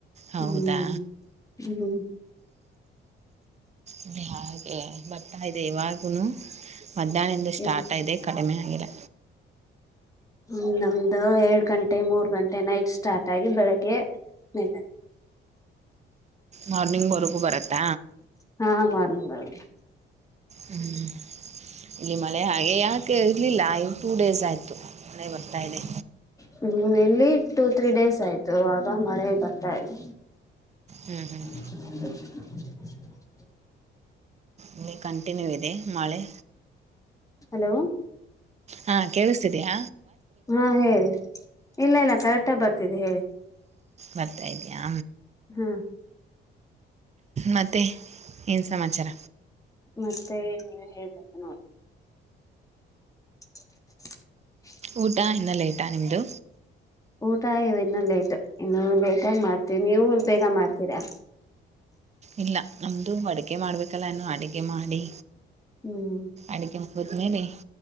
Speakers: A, on the right (about 35°); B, on the left (about 15°).
A: ಹೌದಾ
B: ಹ್ಮ್ ಹ್ಮ್
A: ಇಲ್ಲಿ ಹಾಗೆ ಬರ್ತ ಇದೆ ಇವಾಗನು ಮಧ್ಯಾಹ್ನಿಂದ ಸ್ಟಾರ್ಟ್
B: ಇ
A: ಇದೆ ಕಡಿಮೆ ಆಗಿಲ್ಲ.
B: ಹ್ಮ ನಮ್ದು ಎರಡ್ ಗಂಟೆ ಮೂರ್ ಗಂಟೆ ನೈಟ್ ಸ್ಟಾರ್ಟ್ ಆಗಿ ಬೆಳಿಗ್ಗೆ ನಿಲ್ಲುತ್ತೆ
A: ಮಾರ್ನಿಂಗ್ ವರೆಗೂ ಬರತ್ತಾ.
B: ಹಾ ಮಾರ್ನಿಂಗ್ ಬರ್
A: ಹ್ಮ್ ಇಲ್ಲಿ ಮಳೆ ಹಾಗೆ ಯಾಕೆ ಇರಲಿಲ್ಲ ಇದು ಟೂ ಡೇಸ್ ಆಯಿತು ಮಳೆ ಬರ್ತಾ ಇದೆ.
B: ಹ್ಮ್ ಇಲ್ಲಿ ಟೂ ತ್ರೀ ಡೇಸ್ ಆಯ್ತು ಈವಾಗ್ ಮಳೆ ಬರ್ತಾ ಇತ್
A: ಹ್ಮ್ ಹ್ಮ್
B: ಹ್ಮ್
A: ಇಲ್ಲಿ ಕಂಟಿನ್ಯೂ ಇದೆ ಮಳೆ.
B: ಹಲೋ
A: ಹಾಂ ಕೆಳಸತಿದಿಯ
B: ಹಾ ಹೇಳಿ ಇಲ್ಲ ಇಲ್ಲ ಕರೆಕ್ಟ್ಗ ಬರ್ತಿದೆ ಹೇಳಿ.
A: ಬರ್ತಾ ಇದೆಯಾ.
B: ಹ್ಮ್
A: ಮತ್ತೆ ಏನು ಸಮಾಚಾರ
B: ಮತ್ತೆ ನೀವೆ ಹೇಳ್ಬೇಕ ನೋಡ್ <inaudible>
A: ಊಟ ಇನ್ನ ಲೇಟಾ ನಿಮ್ದು
B: ಊಟ ಇವ್ ಇನ್ನು ಲೇಟ್ ಇನ್ನು ಲೇಟಾಗಿ ಮಾಡ್ತೀವಿ ನೀವು ಬೇಗ ಮಾಡ್ತೀರಾ.
A: ಇಲ್ಲ ನಮ್ದು ಅಡುಗೆೆ ಮಾಡ್ಬೇಕಲ್ಲ ಇನ್ನು ಅಡಗೆ ಮಾಡಿ
B: ಹ್ಮ್
A: ಅಡುಗೆ ಮುಗಿದ್ಮೇಲೆ